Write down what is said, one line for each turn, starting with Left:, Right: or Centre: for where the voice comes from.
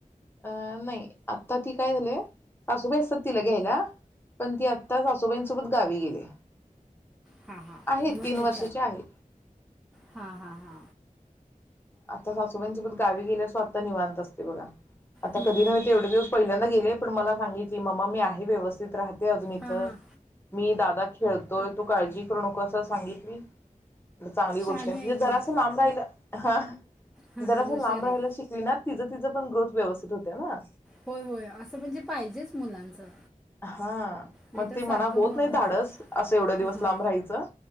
Left: अं नाही आता ती काय झालीय. सासूबाई असतात तिला घ्यायला पण ती आत्ता सासूबाईंसोबत गावी गेले.
Centre: हा हा
Left: आहे
Centre: मग
Left: तीन वर्षाची आहे
Centre: हा हा.
Left: आता सासूबाईंसोबत गावी गेल्या स्वतः आता निवांत असते बघा. आता
Centre: हं,
Left: कधी नव तेवढे दिवस पहिल्यांदा गेले पण मला सांगितली मम्मा मी आहे. व्यवस्थित राहते. ते अजून इथं
Centre: हां हां
Left: मी दादा खेळतो. तोवर तो काळजी करू नको असं सांगितली चांगली गोष्ट
Centre: शहाणी
Left: आहे. म्हणजे जरास
Centre: की
Left: लांब राहिल हा हा
Centre: हां
Left: जरास
Centre: हां हुशार
Left: लांब
Centre: आहे
Left: राहायला शिकली ना तिचं तिचं पण ग्रोथ व्यवस्थित होतय ना
Centre: होय होय असं म्हणजे पाहिजेच मुलांचं
Left: हा
Centre: नाही
Left: मग
Centre: तर
Left: ते मला
Centre: सारखं
Left: होत
Centre: मग
Left: नाही
Centre: हां
Left: धाडस असं एवढ्या दिवस
Centre: हां
Left: लांब राहायचं